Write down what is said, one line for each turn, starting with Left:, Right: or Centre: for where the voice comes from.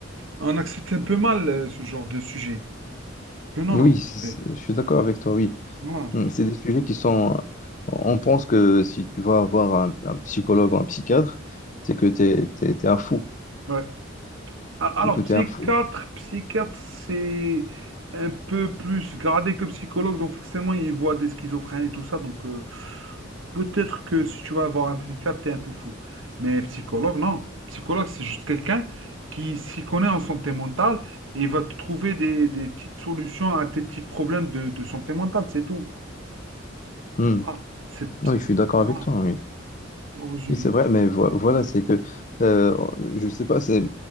Right: on accepte un peu mal euh, ce genre de sujet. Que non,
Left: Oui, c'est-
Right: c'est-
Left: je suis d'accord avec toi, oui.
Right: voilà.
Left: Hmm, C'est des sujets qui sont. On pense que si tu vas avoir un, un psychologue ou un psychiatre, c'est que t'es, t'es, t'es un fou.
Right: Ouais. A- Alors,
Left: C'est que t'es
Right: psychiatre,
Left: un fou.
Right: psychiatre, c'est un peu plus gradé que psychologue, donc forcément, il voit des schizophrènes et tout ça, donc euh, peut-être que si tu vas voir un psychiatre, t'es un peu fou. Mais psychologue, non. Psychologue, c'est juste quelqu'un qui s'y connaît en santé mentale et il va te trouver des, des petites solutions à tes petits problèmes de, de santé mentale, c'est tout.
Left: Hmm.
Right: Voilà. C'est,
Left: Oui, je suis d'accord
Right: voilà,
Left: avec toi. oui.
Right: au résumé.
Left: Oui, c'est vrai, mais vo- voilà, c'est que, euh, je sais pas, c'est,